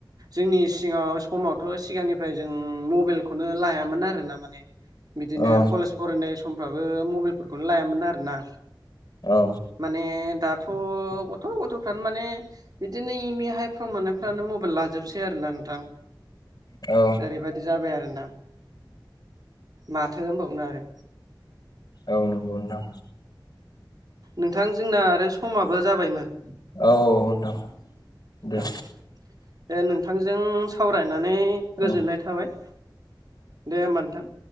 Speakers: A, on the right (about 55°); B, on the left (about 50°).
A: जोंनि सिगाङाव समावथ' सिगांनिफ्राय जों मबेइलखौनो लायामोन आरोना माने बिदिनो
B: औ
A: कलेज फरायनाय समफ्राबो मबेइलफोरखौनो लायामोन आरोना
B: औ
A: माने दाथ' गथ' गथ'फ्रानो माने बिदिनो इमि हाइ फ्राव मोननायफ्रानो मबाइल लाजोबसै आरोना नोंथां
B: औ
A: बेबादि जाबाय आरोना माथो होनबावनो आरो
B: औ नंगौ नोंथां
A: नोंथां जोंना आरो समाबो जाबायमोन
B: औ नोंथां दे
A: औ दे नोंथांजों सावरायनानै गोजोननाय
B: उम
A: थाबाय दे होमबा नोंथां